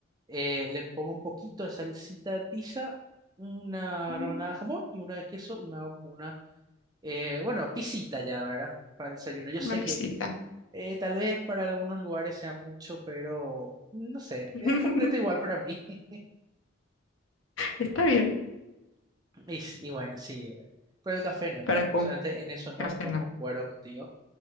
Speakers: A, on the right (about 20°); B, on the left (about 75°).
A: Eh, le pongo un poquito de salsita de pizza, una
B: Mm,
A: rebanada de jamón y una de queso y me hago como una, eh, bueno, pisita ya, ¿verdad? Para el desayuno. Yo sé
B: Una pistita.
A: que eh, tal vez para algunos lugares sea mucho, pero no sé,
B: <laughs>
A: es completo igual para mí. <laughs>
B: Está bien,
A: Y, s- y bueno, sí, bueno. Pero el café no, lastimosamente
B: para con
A: en eso no,
B: café
A: no
B: no.
A: concuerdo contigo.